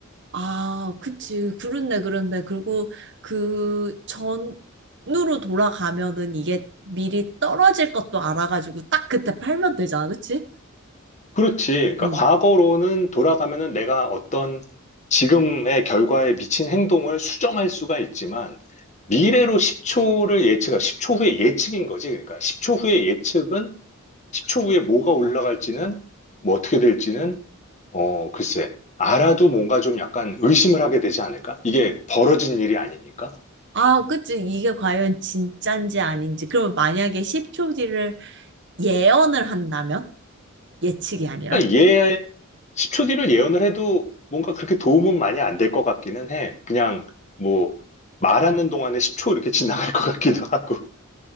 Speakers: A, on the right; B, on the left.
A: 아, 그치. 그렇네, 그렇네. 그리고 그 전으로 돌아가면은 이게 미리 떨어질 것도 알아가지고 딱 그때 팔면 되잖아, 그치?
B: 그렇지. 그러니까
A: 응.
B: 과거로는 돌아가면은 내가 어떤 지금의 결과에 미친 행동을 수정할 수가 있지만 미래로 10초를 예측하, 10초 후에 예측인 거지. 그러니까 10초 후에 예측은 10초 후에 뭐가 올라갈지는, 뭐 어떻게 될지는, 어, 글쎄, 알아도 뭔가 좀 약간 의심을 하게 되지 않을까? 이게 벌어진 일이 아니니까.
A: 아, 그치. 이게 과연 진짠지 아닌지. 그러면 만약에 10초 뒤를 예언을 한다면? 예측이 아니라?
B: 그러니까 예, 10초 뒤를 예언을 해도 뭔가 그렇게 도움은 많이 안 될 것 같기는 해. 그냥 뭐 말하는 동안에 10초 이렇게 지나갈 것 같기도 하고.